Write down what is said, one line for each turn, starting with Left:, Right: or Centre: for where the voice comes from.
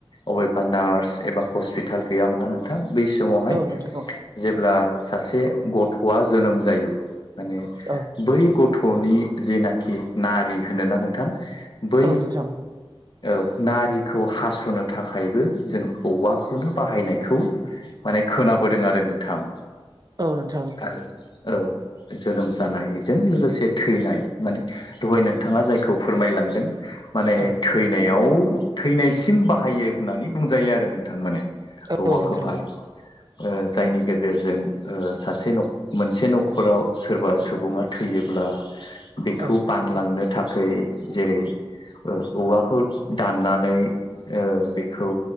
Left: अबेबा नार्स एबा हस्पिटाल गैयामोना नोंथां। बै समावहाय
Right: औ नोंथां
Left: जेब्ला सासे गथ'आ जोनोम जायो। माने
Right: औ औ
Left: बै गथ'नि जेनाखि नारि होनोना नोंथां। बै
Right: औ नोंथां।
Left: औ नारिखौ हास'नो थाखायबो जों औवाखौनो बाहायनायखौ माने खोनाबोदों आरो नोंथां।
Right: औ नोंथां।
Left: आरो औ जोनोम जानाय जों लोगोसे थैनाय माने दहाय नोंथाङा जायखौ फोरमायलांदों माने
Right: औ
Left: थैनायाव थैनायसिम बाहायो होननानै बुंजायो आरो नोंथां माने
Right: औ
Left: औवा
Right: नोंथां
Left: खौहाय। ओ जायनि गेजेरजों ओ सासे मोनसे न'खराव सोरबा सुबुङा थैयोब्ला बेखौ
Right: औ
Left: बानलांनो थाखाय जेरै ओ औवाखौ दाननानै ओ बेखौ